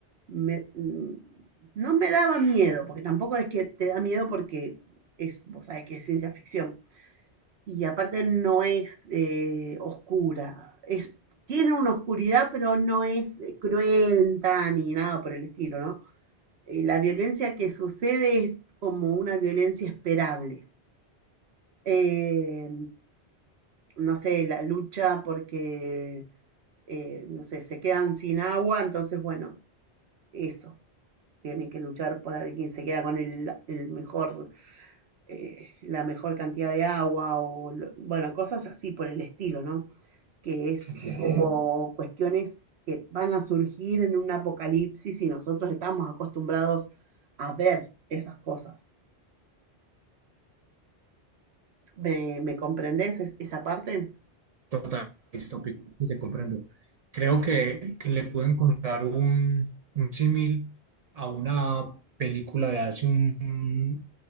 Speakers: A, on the right; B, on the right.
A: me- m- no me daba miedo, porque tampoco es que te da miedo porque es, vos sabés que es ciencia ficción y aparte no es eh, oscura. Es, tiene una oscuridad, pero no es eh, cruenta ni nada por el estilo, ¿no? Eh, la violencia que sucede es como una violencia esperable. Eh, no sé, la lucha porque, eh, no sé, se quedan sin agua, entonces, bueno, eso. Tienen que luchar por a ver quién se queda con el, el mejor, eh, la mejor cantidad de agua o, bueno, cosas así por el estilo, ¿no? que es
B: entiendo.
A: como cuestiones que van a surgir en un apocalipsis y nosotros estamos acostumbrados a ver esas cosas. ¿Me, me comprendés es- esa parte?
B: Total, distópico, sí te comprendo. Creo que, que le puedo encontrar un, un símil a una película de hace un-